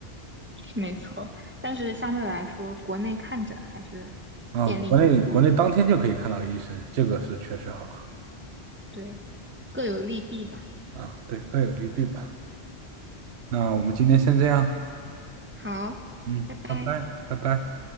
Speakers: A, on the right; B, on the right.
A: 是没错。但是相对来说，国内看诊还是
B: 啊。
A: 便利很多，
B: 国内国内当天就可以看到医生，这个是确实好
A: 对，各有利弊吧。
B: 啊。对，各有利弊吧。那我们今天先这样，
A: 好，
B: 嗯，
A: 拜拜。
B: 拜拜，拜拜。